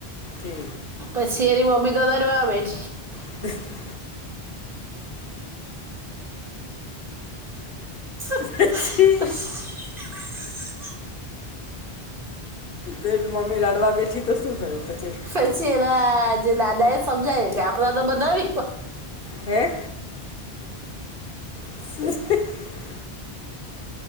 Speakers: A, on the left; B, on the right.
A: ી
B: પછી એરી મ્બી તો વધાર આવે જ
A: <inaudible>
B: <inaudible>
A: પછી તે જ મમ્મી રડવા બેઠી તો શું થયું પછી
B: પછી એના જે દાદા એ સમજાવ્યું કે આપડા તો બધવી
A: હે <inaudible>